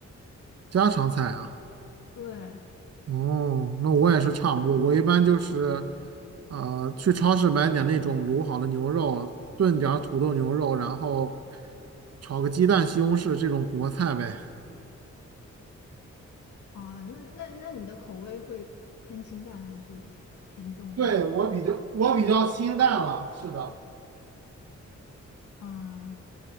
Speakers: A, on the right; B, on the left.
A: 家常菜啊。
B: 对
A: 哦，那我也是差不多，我一般就是，呃，去超市买点那种卤好的牛肉，炖点儿土豆牛肉，然后炒个鸡蛋、西红柿这种国菜呗。
B: 啊，那那那你的口味会偏清淡还是偏重口的？
A: 对，我比较我比较清淡了，是的，
B: 啊，